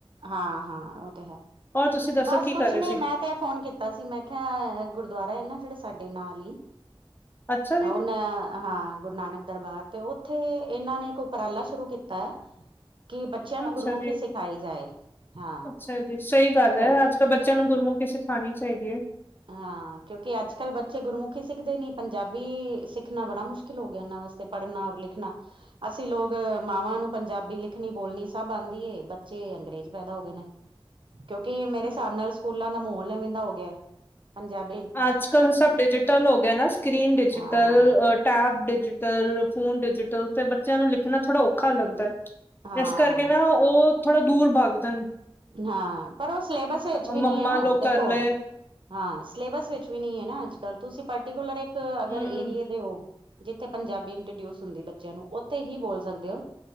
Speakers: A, on the right; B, on the left.
A: -ਹਾਂ, ਹਾਂ ਉਹ ਤੇ ਹੈ
B: ਔਰ ਤੁਸੀਂ ਦੱਸੋ
A: ਬਸ
B: ਕੀ
A: ਕੁਛ
B: ਕਰ ਰਹੇ
A: ਨਹੀਂ
B: ਸੀ?
A: ਮੈਂ ਮੈ ਤਾਂ ਫੋਨ ਕੀਤਾ ਸੀ ਮੈਂ ਕਿਹਾ, ਗੁਰਦੁਆਰਾ ਹੈ ਨਾ ਜਿਹੜੇ ਸਾਡੇ ਨਾਲ ਹੀ
B: ਅੱਛਾ ਜੀ,
A: ਉਹ ਨਾ ਹਾਂ, ਗੁਰੂ ਨਾਨਕ ਦਰਬਾਰ ਤੇ ਉੱਥੇ ਇਹਨਾਂ ਨੇ ਇੱਕ ਉਪਰਾਲਾ ਸ਼ੁਰੂ ਕੀਤਾ ਐ ਕਿ ਬੱਚਿਆਂ ਨੂੰ,
B: ਅੱਛਾ
A: ਗੁਰਮੁਖੀ
B: ਜੀ,
A: ਸਿਖਾਈ ਜਾਏ ਹਾਂ
B: ਅੱਛਾ ਜੀ ਸਹੀ ਗੱਲ ਹੈ,
A: ਤੇ
B: ਅੱਜ ਕੱਲ ਬੱਚਿਆਂ ਨੂੰ ਗੁਰਮੁਖੀ ਸਿਖਾਣੀ ਚਾਹੀਦੀ ਹੈ
A: ਹਾਂ, ਕਿਉਂਕਿ ਅੱਜ ਕੱਲ੍ਹ ਬੱਚੇ ਗੁਰਮੁਖੀ ਸਿੱਖਦੇ ਨੀ। ਪੰਜਾਬੀ ਸਿੱਖਣਾ ਬੜਾ ਮੁਸ਼ਕਿਲ ਹੋ ਗਿਆ, ਇਨ੍ਹਾਂ ਵਾਸਤੇ ਪੜ੍ਹਨਾ, ਔਰ ਲਿਖਣਾ। ਅਸੀਂ, ਲੋਕ ਮਾਵਾਂ ਨੂੰ ਪੰਜਾਬੀ ਲਿਖਣੀ, ਬੋਲਣੀ ਸਭ ਆਂਦੀ ਏ। ਬੱਚੇ ਅੰਗਰੇਜ਼ ਪੈਦਾ ਹੋ ਗਏ ਨੇ। ਕਿਉਂਕਿ, ਮੇਰੇ
B: ਹੂੰ।
A: ਹਿਸਾਬ ਨਾਲ ਸਕੂਲਾਂ ਦਾ ਮਾਹੌਲ ਐਵੇ ਦਾ ਹੋ ਗਿਆ। ਪੰਜਾਬ <inaudible>
B: ਅੱਜ ਕਲ ਸਭ ਡਿਜੀਟਲ ਹੋ ਗਿਆ ਨਾ, ਸਕਰੀਨ ਡਿਜੀਟਲ।
A: ਹਾਂ
B: ਟੈਬ ਡਿਜੀਟਲ, ਫੋਨ ਡਿਜੀਟਲ ਤੇ ਬੱਚਿਆਂ ਨੂੰ ਲਿਖਣਾ ਥੋੜਾ ਔਖਾ ਲੱਗਦਾ ਹੈ।
A: ਹਾਂ
B: ਇਸ ਕਰਕੇ ਨਾ, ਉਹ ਥੋੜ੍ਹਾ ਦੂਰ ਭਗਦੇ ਨ
A: ਹਾਂ, ਪਰ ਉਹ ਸਿਲੇਬਸ ਵਿੱਚ ਵੀ
B: ਮੰਮਾ
A: ਨਹੀਂ ਹੈ ਨਾ
B: ਲੋਗ
A: ਦੇਖੋ।
B: ਕਰ ਲੇ,
A: ਹਾਂ, ਸਿਲੇਬਸ ਵਿੱਚ ਵੀ ਨਹੀਂ ਹੈ ਨਾ ਅੱਜਕੱਲ, ਤੁਸੀਂ ਪਰਟੀਕੁਲਰ ਇੱਕ ਅਗਰ
B: ਹੂੰ।
A: ਏਰੀਏ ਦੇ ਹੋ। ਜਿੱਥੇ, ਪੰਜਾਬੀ ਇੰਟਰੋਡਿਊਸ ਹੁੰਦੀ ਬੱਚਿਆਂ ਨੂੰ, ਉੱਥੇ ਹੀ ਬੋਲ ਸਕਦੇ ਹੋ।